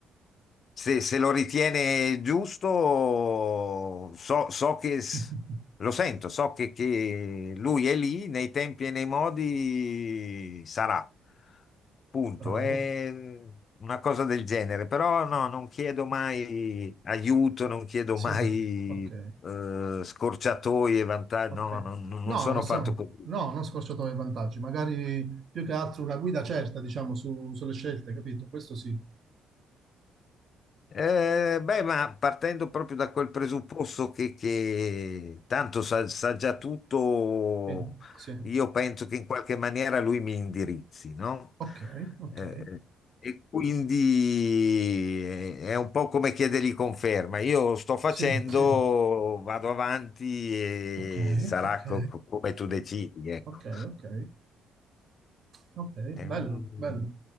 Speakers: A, on the left; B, on the right.
A: se, se lo ritiene giusto, so, so che
B: <laughs>
A: s- lo sento, so che, che lui è lì nei tempi e nei modi sarà. Punto.
B: bravo,
A: È una cosa del genere, però no, non chiedo mai aiuto, non chiedo
B: sì,
A: mai
B: ok,
A: eh, scorciatoie, vantaggi.
B: Ok.
A: No, non, non
B: No,
A: sono
B: non siamo,
A: fatto così.
B: no, non scorciatoie vantaggi, magari più che altro una guida certa, diciamo, su- sulle scelte, capito? Questo sì.
A: Eh, beh, ma partendo proprio da quel presupposto che, che tanto sa, sa già tutto,
B: Sì, sì.
A: io penso che in qualche maniera lui mi indirizzi, no?
B: Ok, ok.
A: Eh, e quindi è è un po' come chiedergli conferma. Io sto facendo,
B: Sì, sì.
A: vado avanti e
B: Ok,
A: sarà
B: ok.
A: co- co- come tu decidi, ecco.
B: Ok, ok. Ok,
A: È
B: bello,
A: un-
B: bello,